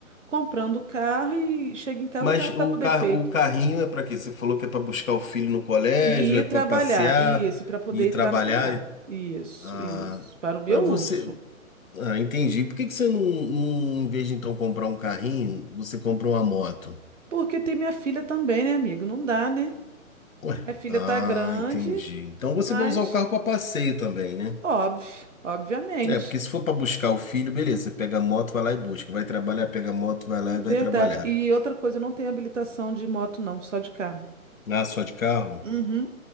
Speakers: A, on the right; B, on the left.
A: comprando carro e chega em casa
B: Mas
A: o carro
B: o,
A: está com defeito.
B: car o carrinho é para quê? Você falou que é para buscar o filho no colégio,
A: E
B: é
A: ir
B: para
A: trabalhar,
B: passear
A: isso, para poder
B: e
A: ir
B: trabalhar.
A: trabalhar. Isso,
B: Ah,
A: isso, para o meu
B: mas
A: uso.
B: você. Ah, entendi. Por que que você não, não, em vez de então comprar um carrinho, você compra uma moto?
A: Porque tem minha filha também, né, amigo? Não dá, né?
B: Ué.
A: Minha filha
B: Ah,
A: tá grande,
B: entendi. Então você
A: mas.
B: vai usar o carro para passeio também, né?
A: Óbvio, obviamente.
B: É, porque se for para buscar o filho, beleza, você pega a moto, vai lá e busca. Vai trabalhar, pega a moto, vai lá
A: Verdade.
B: e vai trabalhar.
A: E outra coisa, eu não tenho habilitação de moto, não, só de carro.
B: Ah, só de carro?
A: Uhum.